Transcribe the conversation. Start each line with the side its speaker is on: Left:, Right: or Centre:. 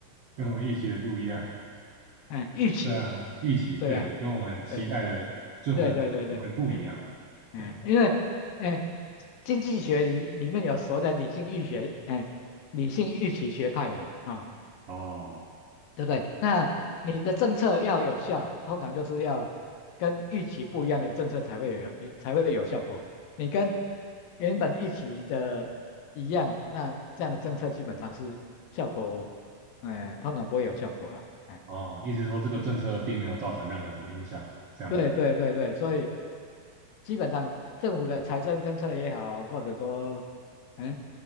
Right: 跟我们预期的不一样。
Left: <laughs> 嗯，预期，
Right: 对啊，预期对，
Left: 对啊，
Right: 跟我们期待的最后的结果会不一样。
Left: 对对对对对，嗯嗯，
Right: 对，
Left: 因为哎，经济学里里面有所谓的理性预学，哎，理性预期学派嘛，啊、
Right: 哦。
Left: 对不对？那你的政策要有效，通常就是要跟预期不一样的政策才会有有才会有效果。你跟原本预期的一样，那这样的政策基本上是效果，哎、通常不会有效果了。哎，
Right: 哦，意思说这个政策并没有造成任何的影响，这样的一，
Left: 对对对对，所以基本上政府的财政政策也好，或者说，嗯，